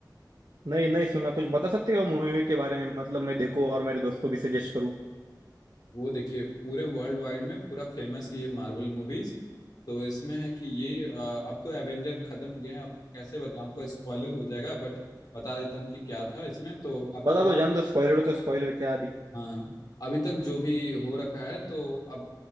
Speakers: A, on the right; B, on the left.
A: नहीं नहीं सुना कुछ बता सकते हो मूवी के बारे में मतलब मैं देखूं और मेरे दोस्त को भी सजेस्ट करूं
B: वो देखिए पूरे वर्ल्ड वाइड में पूरा फेमस ये मार्वल मूवीज तो इसमें है कि ये अ, अब तो एवेंजर खत्म हो गए हैं अब कैसे बताऊं आपको स्पॉइलर हो जाएगा बट बता देता हूँ कि क्या था इसमें तो अब
A: बता
B: तो
A: दो जान दो स्पॉइलर तो स्पॉइलर क्या अभी
B: हाँ अभी तक जो भी हो रखा है तो अब